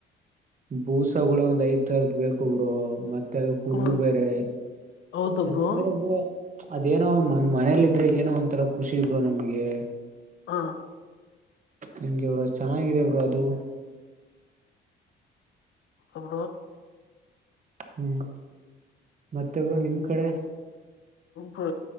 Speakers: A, on the right; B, on the left.
A: ಬೂಸುಳ ಒಂದ್ ಐದ್ ತರದ ಬೇಕರು ಮತ್ತೆ ಮ ಪುಲ್ಲು
B: ಹೌದು
A: ಬೇರೆ
B: ಹೌದಾ
A: ಚನ್ನಂದ್ರೆ
B: ಬ್ರೋ
A: <unintelligible> ಅದೇನೋ ಮನೇಲಿ ಇದ್ರೆ ಏನೋ ಒಂತರ ಖುಷಿ ಇಬ್ರು ನಮಗೆ
B: ಹ
A: ಹಂಗೆವರು ಚೆನ್ನಾಗಿದೆವರು ಅದು
B: ಅಬ
A: ಹ್ಮ್ ಮತ್ತೆಬ್ರು ನಿಮ್ ಕಡೆ
B: ಬೋ